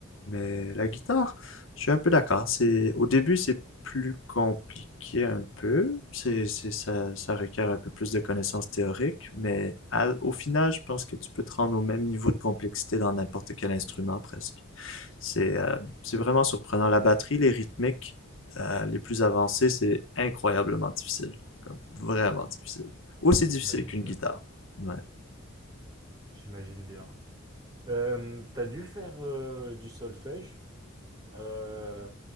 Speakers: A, on the left (about 65°); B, on the right (about 20°).
A: mais la guitare, je suis un peu d'accord. C'est, au début, c'est plus compliqué un peu. C'est, c'est, ça, ça requiert un peu plus de connaissances théoriques. Mais à- au final, je pense que tu peux te rendre au même niveau de complexité dans n'importe quel instrument presque. C'est, euh, c'est vraiment surprenant. La batterie, les rythmiques, euh, les plus avancées, c'est incroyablement difficile. Comme vraiment difficile. Aussi
B: J'imagine
A: difficile qu'une
B: bien.
A: guitare. Ouais.
B: J'imagine bien. Euh, t'as dû faire euh, du solfège euh,